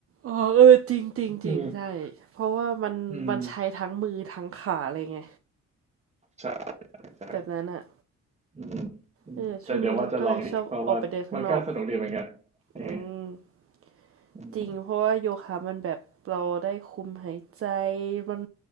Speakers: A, on the right; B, on the right.
A: อ๋อเออจริงจริงจริงใช่เพราะว่ามันมันใช้ทั้งมือทั้งขาเลยไง
B: อืมอืมใช่ใช่
A: แบบนั้นอ่ะ
B: อืมอืมแต่เดี๋ยวว่าจะลองอีกเพราะว่ามันก็สนุกดีเหมือนกันเออ
A: เออช่วงนี้เราก็เลยชอบออกไปเดินข้างนอกอืม
B: อืม
A: จริงเพราะว่าโยคะมันแบบเราได้คุมหายใจมัน